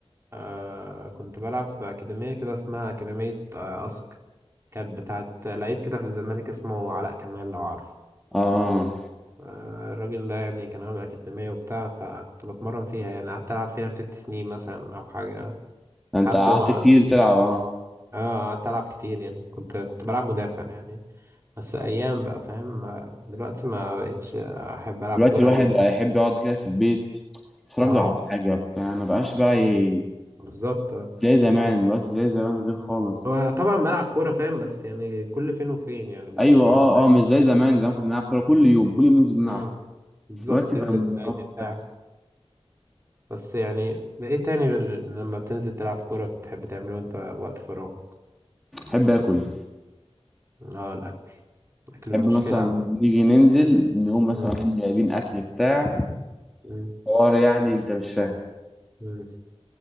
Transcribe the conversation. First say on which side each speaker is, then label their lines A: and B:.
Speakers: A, on the right; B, in the centre.
A: آه كنت بلعب في اكاديميه كده اسمها اكاديميه آه اسك كانت بتاعت لعيب كده في الزمالك اسمه علاء كمال لو عارف
B: اه
A: آه، الراجل ده يعني كان عامل أكاديمية وبتاع فكنت بتمرن فيها يعني قعدت ألعب فيها ست سنين مثلا أو حاجة
B: انت
A: لحد
B: قعدت
A: ما
B: كتير بتلعب اه
A: اه قعدت ألعب كتير يعني كنت كنت بلعب مدافع يعني بس أيام بقى فاهم آه، دلوقتي ما بقتش أحب ألعب
B: دلوقتي
A: كورة
B: الواحد
A: أوي يعني
B: بقى يحب يقعد كده في البيت يتفرج
A: اه
B: على حاجة بتاع ما بقاش بقى ي-
A: بالظبط آه.
B: زي زمان دلوقتي زي زمان غير خالص
A: هو طبعا بلعب كورة فاهم بس يعني كل فين وفين يعني مش
B: أيوة أه
A: مش دايما
B: أه مش زي زمان زمان كنا بنلعب كورة كل يوم كل يوم ننزل نلعب
A: مم. بالظبط
B: دلوقتي
A: تنزل
B: بقى الموضوع
A: النادي بتاع
B: مختلف
A: بس يعني إيه تاني غير لما تنزل تلعب كورة بتحب تعمله وأنت وقت فراغ
B: أحب آكل
A: لا الأكل الأكل ده
B: أحب
A: مشكلة
B: مثلا
A: عامة
B: نيجي ننزل نقوم مثلا
A: مم،
B: رايحين جايبين أكل بتاع
A: مم،
B: حوار يعني أنت مش فاهم
A: مم،